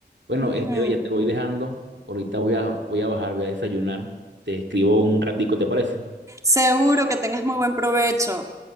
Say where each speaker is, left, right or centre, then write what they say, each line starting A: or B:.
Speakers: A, on the right; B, on the right.
A: Bueno,
B: Ujú.
A: este, ya te voy dejando. Ahorita voy a, voy a bajar, voy a desayunar. Te escribo un ratico, ¿te parece?
B: Seguro que tengas muy buen provecho.